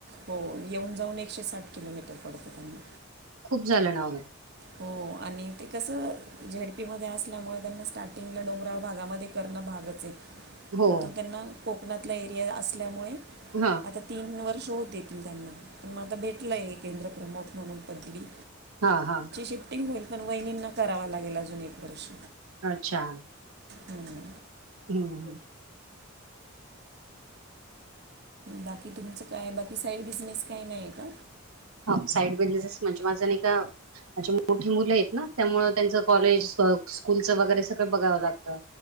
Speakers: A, on the right (about 50°); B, on the right (about 85°).
A: हो, येऊन जाऊन एकशे साठ किलोमीटर पडतं त्यांना.
B: खूप झालं ना ओ.
A: हो आणि ते कसं झेड पी मध्ये असल्यामुळे त्यांना स्टार्टिंगला डोंगराळ भागामध्ये करणं भागच आहे.
B: हो
A: मग तो त्यांना कोकणातला एरिया असल्यामुळे,
B: हा
A: आता तीन वर्ष हो देतील त्यांना, पण मग आता भेटलंय हे केंद्र प्रमुख म्हणून पदवी.
B: हा हा.
A: निफ्टिंग होईल, पण वहिनींना करावा लागेल अजून एक वर्ष.
B: अच्छा.
A: हम्म.
B: हम्म हम्म
A: बाकी तुमचं काय, बाकी साईड बिझनेस काय नाही आहे का?
B: साईड बिझनेसेस म्हणजे माझं नाही का, माझी मोठी मुलं आहेत ना त्यामुळं त्यांचं कॉलेज मग स्कूलचं वगैरे सगळं बघावं लागतं.